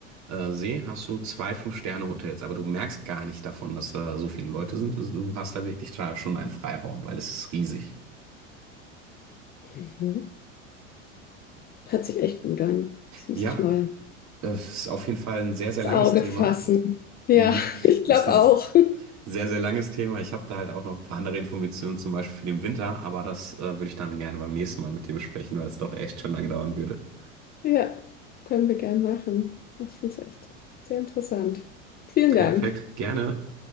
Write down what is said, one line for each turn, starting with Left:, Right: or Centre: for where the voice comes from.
Right: äh, See hast du zwei Fünf-Sterne-Hotels, aber du merkst gar nicht davon, dass da so viele Leute sind. Also du hast da wirklich da schon einen Freiraum, weil es ist riesig.
Left: Mhm. Hört sich echt gut an. Das muss
Right: Ja,
Left: ich mal.
Right: äh, es ist auf jeden Fall ein sehr, sehr
Left: ins
Right: langes
Left: Auge
Right: Thema.
Left: fassen. Ja,
Right: Mhm.
Left: <laughs> ich
Right: Es
Left: glaube
Right: ist
Left: auch. <laughs>
Right: ein sehr, sehr langes Thema. Ich habe da halt auch noch ein paar andere Informationen, zum Beispiel für den Winter, aber das äh, würde ich dann gerne beim nächsten Mal mit dir besprechen, weil es doch echt schon lange dauern würde.
Left: Ja, können wir gern machen. Ich finde es echt sehr interessant. Vielen
Right: Perfekt,
Left: Dank.
Right: gerne.